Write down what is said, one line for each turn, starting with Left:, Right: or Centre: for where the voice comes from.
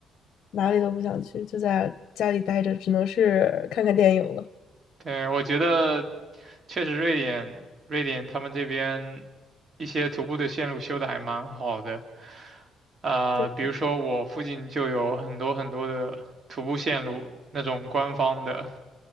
Left: 哪里都不想去，就在家里待着，只能是看看电影了。
Right: 对，我觉得确实瑞典，瑞典他们这边一些徒步的线路修的还蛮好的。呃，
Left: 对，
Right: 比如说我附近就有很多很多的徒步线路，那种官方的，